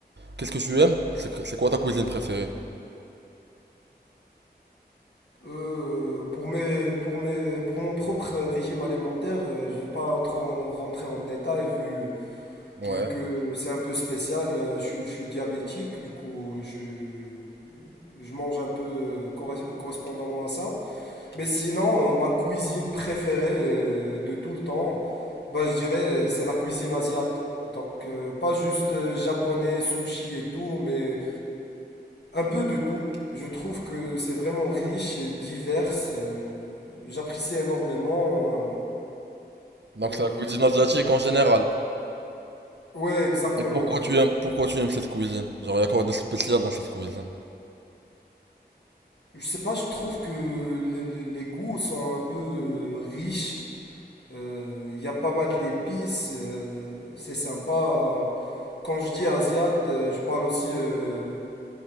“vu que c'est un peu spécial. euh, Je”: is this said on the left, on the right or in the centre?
Left